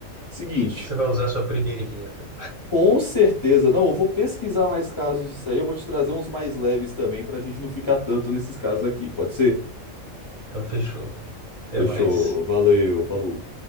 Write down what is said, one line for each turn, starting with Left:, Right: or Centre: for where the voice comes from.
Left: Seguinte.
Right: Você vai usar sua primeira emenda.
Left: Com certeza. Não, eu vou pesquisar mais casos disso aí. Eu vou te trazer uns mais leves também, pra gente não ficar tanto nesses casos aqui. Pode ser?
Right: Então, fechou. Até
Left: Fechou.
Right: mais.
Left: Valeu. Falou.